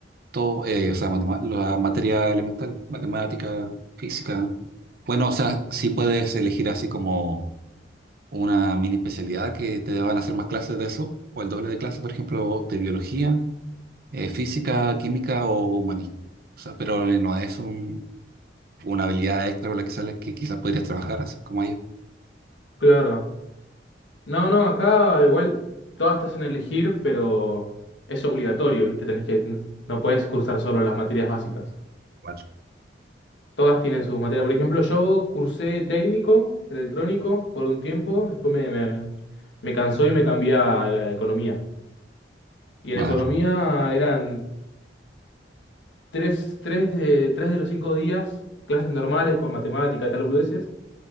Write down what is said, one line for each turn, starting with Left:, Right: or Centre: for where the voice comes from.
Right: todo, eh, o sea, matema- la materia elemental, matemática, física. Bueno, o sea, sí puedes elegir así como una mini especialidad que te van a hacer más clases de eso, o el doble de clases, por ejemplo, de biología, eh, física, química o humanista. O sea, pero eh, no es un, una habilidad extra con la que sales que quizás podrías trabajar así como ellos.
Left: claro. No, no, acá igual todas te en elegir, pero es obligatorio, ¿viste? Tenés que, no, no podés cursar solo las materias básicas.
Right: Vale.
Left: Todas tienen sus materias. Por ejemplo, yo cursé técnico, electrónico, por un tiempo, después me, me, me cansó y me cambié a eh, economía. Y en
Right: Vale.
Left: economía eran tres, tres de, tres de los cinco días, clases normales con matemática, tal, boludeces.